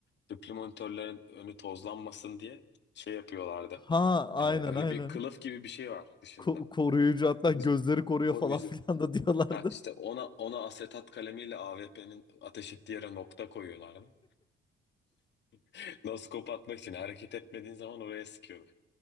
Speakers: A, on the left (about 60°); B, on the left (about 20°).
A: tüplü monitörlerin önü tozlanmasın diye şey yapıyorlardı.
B: Ha aynen
A: Ee, böyle
B: aynen.
A: bir kılıf gibi bir şey var dışında.
B: Ko- koruyucu hatta gözleri
A: Dış-
B: koruyor
A: Koruyucu.
B: falan <laughs> filan da diyorlardı.
A: Ha işte ona ona asetat kalemiyle AWP'nin ateş ettiği yere nokta koyuyorlardı. <laughs> Noskop atmak için hareket etmediğin zaman oraya sıkıyordu.